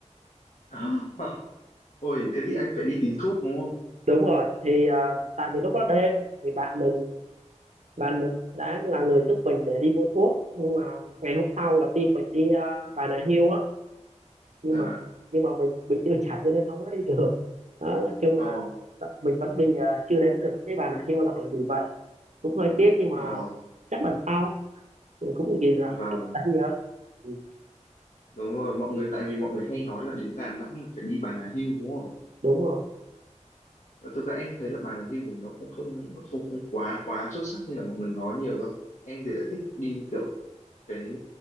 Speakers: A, on the left (about 80°); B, on the right (about 70°).
A: <laughs> <gasps> Ôi, thế thì anh phải đi tìm thuốc đúng không?
B: đúng rồi thì ờ, tại vì lúc đó đêm thì bạn mình bạn mình đã là người giúp mình để đi mua thuốc nhưng mà ngày hôm sau là team mình đi ờ, Bà Nà Hills á nhưng
A: Là,
B: mà nhưng mà mình bị tiêu chảy cho nên không có đi được đó nói chung
A: ờ,
B: là mình vẫn bị ờ, chưa đến được cái Bà Nà Hills là bởi vì vậy cũng hơi tiếc nhưng mà
A: ờ,
B: chắc lần sau mình cũng nhìn làm
A: vâng,
B: mình ta nhớ ừ,
A: đúng rồi, mọi người, tại vì mọi người hay nói là đến Đà Nẵng là phải đi Bà Nà Hills đúng không?
B: đúng rồi
A: Ờ, Thực ra em thấy là Bà Nà Hills thì nó cũng không không không quá quá xuất sắc như là mọi người nói nhiều đâu. Em thì lại thích đi kiểu cái